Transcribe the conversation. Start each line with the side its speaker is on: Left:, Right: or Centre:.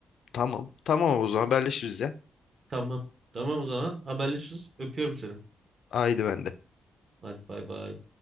Left: Tamam. Tamam o zaman haberleşiriz ya.
Right: Tamam. Tamam o zaman haberleşiriz. Öpüyorum seni.
Left: Haydi ben
Right: Hadi bay bay.